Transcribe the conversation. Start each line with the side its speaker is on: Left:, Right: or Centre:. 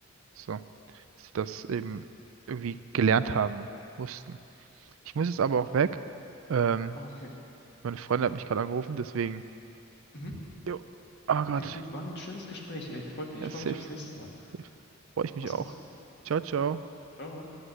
Right: So, dass sie das eben irgendwie gelernt haben mussten. Ich muss jetzt aber auch weg. Ähm,
Left: Ah, okay.
Right: meine Freundin hat mich gerade angerufen, deswegen.
Left: Mhm.
Right: Jo. Oh
Left: Okay,
Right: Gott.
Left: gut, war ein schönes Gespräch, ey. Freut mich.
Right: Ja,
Left: Ich freue
Right: safe,
Left: mich aufs nächste Mal.
Right: safe. Freue ich mich
Left: Mach's
Right: auch.
Left: gut.
Right: Ciao, ciao.
Left: Ciao.